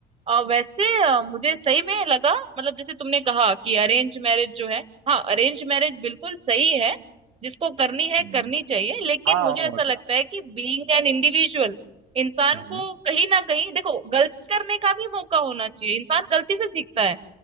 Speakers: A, on the right; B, on the right.
A: आ, वैसे अ, मुझे सही में लगा मतलब जैसे तुमने कहा कि अरेंज मैरिज जो है हाँ अरेंज मैरिज बिल्कुल सही है जिसको करनी है
B: हम्म
A: करनी चाहिए लेकिन
B: हाँ
A: मुझे
B: और
A: ऐसा
B: क्या
A: लगता है कि बीइंग एन इंडिविजुअल इंसान
B: हम्म
A: को कहीं ना कहीं देखो गलती करने का भी मौका होना चाहिए इंसान गलती से सीखता है